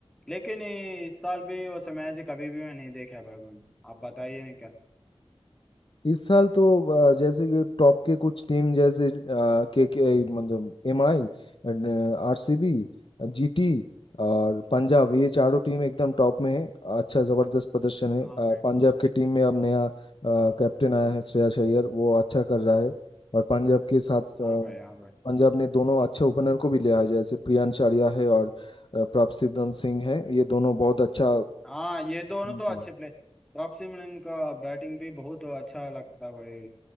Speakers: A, in the centre; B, on the left (about 55°).
A: लेकिन ये इस साल भी और समयाजी कभी भी मैं नहीं देखा है भाई मैंने। आप बताइए नहीं क्या
B: इस साल तो अ, जैसे कि टॉप के कुछ टीम जैसे के के मतलब M I R C B GT और पंजाब ये चारों टीम एकदम टॉप में है अच्छा जबरदस्त प्रदर्शन है
A: हाँ
B: अ,
A: भाई
B: पंजाब की टीम में अब नया अ, कैप्टन आया है श्रेयस अय्यर वो अच्छा कर रहा है और पंजाब के साथ अ,
A: हाँ भाई हाँ भाई
B: पंजाब ने दोनों अच्छे ओपनर को भी लिया है जैसे प्रियांश आर्या है और अ, प्रभसिमरन सिंह है ये दोनों बहुत अच्छा
A: हाँ ये दोनों
B: अ,
A: तो अच्छे प्लेयर रॉब लिन का बैटिंग भी बहुत अच्छा लगता है भाई